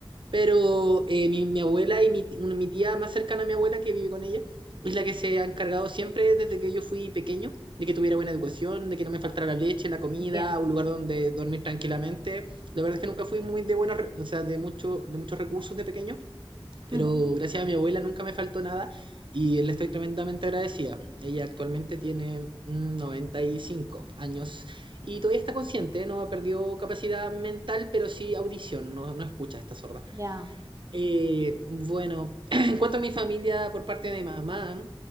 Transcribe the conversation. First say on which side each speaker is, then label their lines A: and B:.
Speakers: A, on the right; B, on the right.
A: pero eh, mi, mi abuela y mi, ti- mi tía más cercana a mi abuela que vive con ella es la que se ha encargado siempre desde que yo fui pequeño de que tuviera buena educación, de que no me faltara la leche, la comida,
B: Bien.
A: un lugar donde dormir tranquilamente. La verdad es que nunca fui muy de buenos, re- o sea, de mucho, de muchos recursos de pequeño pero
B: Ujú,
A: gracias a mi abuela nunca me faltó nada y le estoy tremendamente agradecida. Ella actualmente tiene mm, 95 años y todavía está consciente, no ha perdido capacidad mental, pero sí audición, no, no escucha, está sorda.
B: Ya.
A: Eh, bueno, <clears throat> en cuanto a mi familia por parte de mamá,